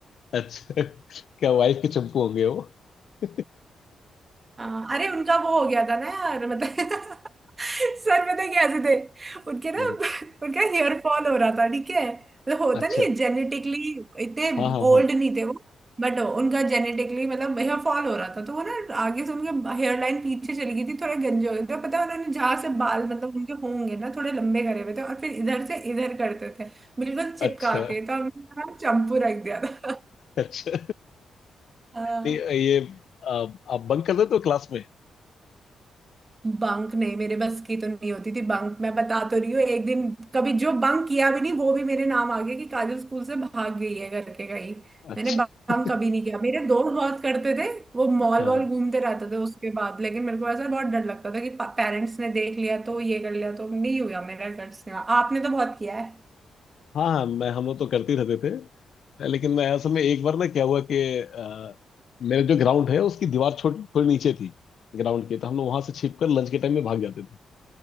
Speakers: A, on the left; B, on the right.
A: अच्छा क्या वाइफ के चंपू होंगे वो <laughs>
B: हाँ, अरे उनका वो हो गया था ना यार मतलब <laughs> सर पता है कैसे थे उनके ना
A: हाँ,
B: <laughs> उनका हेयर फॉल हो रहा था ठीक है मतलब होता
A: अच्छा
B: नहीं है जेनेटिकली इतने
A: हाँ हाँ
B: ओल्ड
A: हाँ
B: नहीं थे वो बट उनका जेनेटिकली मतलब हेयर फॉल हो रहा था तो वो ना आगे से उनके हेयर लाइन पीछे चली गई थी थोड़े गंजे हो गए थे पता है उन्होंने जहाँ से बाल मतलब उनके होंगे ना थोड़े लंबे करे हुए थे और फिर इधर से इधर करते थे बिल्कुल चिपका
A: अच्छा
B: के तो हमने ना चंपू रख दिया था <laughs>
A: अच्छा
B: हाँ
A: नहीं ये आप आप बंक कर देते हो क्लास में
B: बंक नहीं मेरे बस की तो नहीं होती थी बंक मैं बता तो रही हूँ एक दिन कभी जो बंक किया भी नहीं वो भी मेरे नाम आ गया कि काजल स्कूल से भाग गई है करके कहीं
A: अच्छा
B: मैंने बंक
A: <laughs>
B: कभी नहीं किया मेरे दोस्त बहुत करते थे वो मॉल
A: हाँ
B: वॉल घूमते रहते थे उसके बाद लेकिन मेरे को ऐसा बहुत डर लगता था कि पेरेंट्स ने देख लिया तो ये कर लिया तो नहीं हुआ मेरा कर आपने तो बहुत किया है
A: हाँ हाँ मैं हम लोग तो करते ही रहते थे लेकिन मैं असल में एक बार ना क्या हुआ कि अ, मेरा जो ग्राउंड है उसकी दीवार छोटी थोड़ी नीचे थी ग्राउंड की तो हम लोग वहां से छिप कर लंच के टाइम में भाग जाते थे